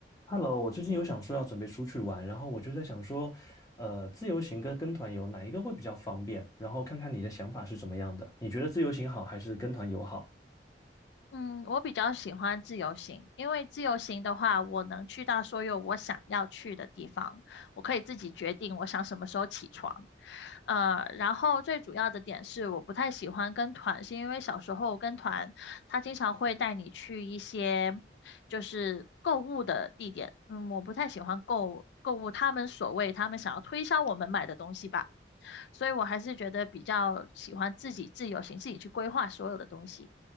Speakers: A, on the left (about 20°); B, on the left (about 70°).
A: Hello，我最近有想说要准备出去玩，然后我就在想说，呃，自由行跟跟团游哪一个会比较方便？然后看看你的想法是怎么样的，你觉得自由行好还是跟团游好？
B: 嗯，我比较喜欢自由行，因为自由行的话，我能去到所有我想要去的地方，我可以自己决定我想什么时候起床。呃，然后最主要的点是，我不太喜欢跟团，是因为小时候跟团，他经常会带你去一些就是购物的地点，嗯，我不太喜欢购购物，他们所谓他们想要推销我们买的东西吧，所以我还是觉得比较喜欢自己自由行，自己去规划所有的东西。